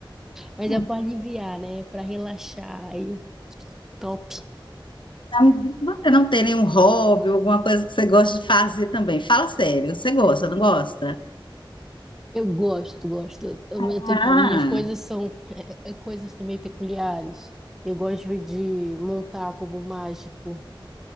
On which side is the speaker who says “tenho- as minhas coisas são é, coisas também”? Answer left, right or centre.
Centre